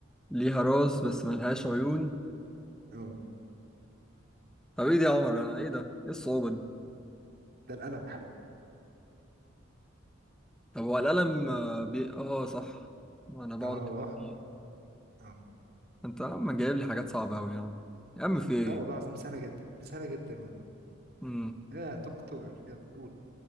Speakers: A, in the centre; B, on the right.
A: ليها راس بس ملهاش عيون
B: اه
A: طب ايه دي يا عمر انا ايه ده ايه الصعوبة دي
B: ده القلم حبيبي
A: طب هو القلم آه، بي... اه صح ما انا بقعد
B: اه
A: أكتب فيه.
B: اه
A: انت يا عم جايب لي حاجات صعبة اوي يا عم يا عم في ايه
B: لا والله العظيم سهله جدا دي سهله جدا والله
A: امم
B: يا دكتور يلا قول